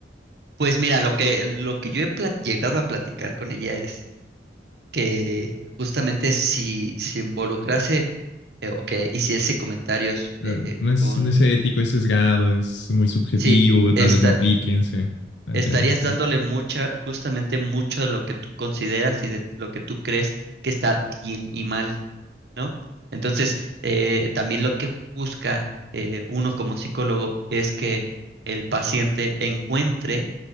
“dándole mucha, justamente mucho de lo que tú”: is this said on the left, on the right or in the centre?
Right